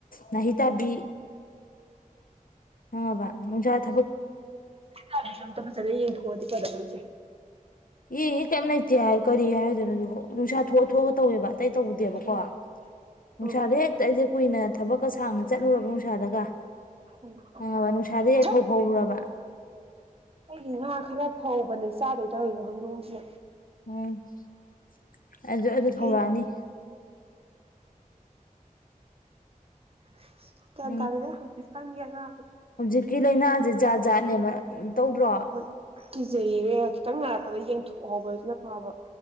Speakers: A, on the left; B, on the right.
A: ꯃꯍꯅꯥꯤ ꯇꯥꯕꯤ ꯍꯕꯥ <unintelligible>
B: ꯁꯝ ꯃ ꯆꯗ ꯌꯦꯡ ꯈꯗꯥꯁꯦ
A: ꯑꯦꯅꯦ ꯀꯔꯤꯝ ꯂꯩꯇꯦ ꯍꯥꯏ ꯀꯔꯤ ꯍꯥꯏꯗꯣꯏꯅꯣ ꯑꯗꯨꯕꯨ ꯅꯨꯡꯁꯥ ꯊꯣꯛꯑ ꯊꯣꯛꯑ ꯇꯧꯋꯦꯕ ꯑꯇꯩ ꯇꯧꯗꯦꯕꯀꯣ
B: ꯊꯝꯕ
A: ꯅꯨꯡꯁꯥꯗ
B: ꯎꯝ
A: ꯍꯦꯛꯇ ꯑꯩꯁꯦ ꯀꯨꯏꯅ ꯊꯕꯛꯀ ꯁꯥꯡꯅ ꯆꯠꯂꯨꯔꯕ ꯅꯨꯡꯁꯥꯗꯒ
B: ꯊꯝꯃꯣ ꯊꯝꯃꯣ
A: ꯍꯪꯉꯕ ꯅꯨꯡꯁꯥꯗꯒꯤꯩ ꯌꯥꯏꯐꯧ
B: ꯁꯠ
A: ꯐꯥꯎꯔꯨꯔꯕ
B: ꯑꯩꯒꯤ ꯉꯥ ꯈꯔ ꯐꯧꯕꯅꯦ ꯆꯥꯗꯣꯏ ꯇꯧꯗ ꯈꯨꯗꯣꯡꯁꯦ
A: ꯎꯝ <unintelligible> ꯑꯗꯨ ꯑꯗꯨ
B: ꯍꯦ
A: ꯍꯧꯔꯛꯑꯅꯤ
B: <unintelligible> ꯀꯌꯥ
A: ꯎꯝ
B: ꯇꯥꯅꯤꯗ ꯍꯧꯖꯤ ꯈꯥꯟꯒꯅ
A: ꯍꯧꯖꯤꯛꯀꯤ ꯂꯥꯏꯅꯥꯁꯤ ꯥꯖꯥꯅꯦꯃ ꯎꯝ ꯇꯧꯗ꯭ꯔꯣ
B: ꯍꯣꯏ ꯀꯤꯖꯩꯌꯦ ꯈꯤꯇꯪ ꯅꯥꯔꯛꯄꯗ ꯌꯦꯡꯊꯣꯛꯍꯧꯕꯁꯤꯅ ꯐꯕ